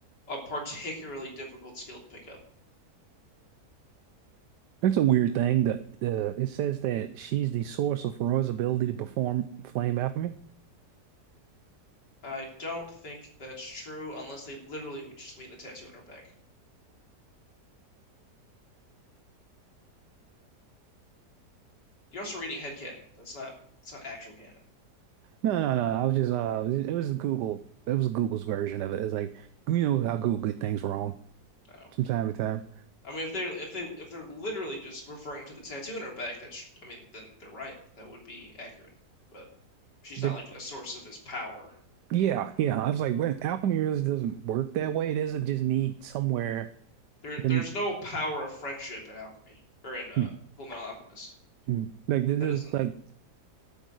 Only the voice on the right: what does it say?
It's a weird thing that the it says that she's the source of Roy's ability to perform flame alchemy.
No, no, no. I was just uh it was Google. It was Google's version of it. It's like you know how Google get things wrong.
from time to time.
They,
yeah, yeah. I was like, well, alchemy really doesn't work that way. It doesn't just need somewhere
them
hmm,
hmm. like this
is
like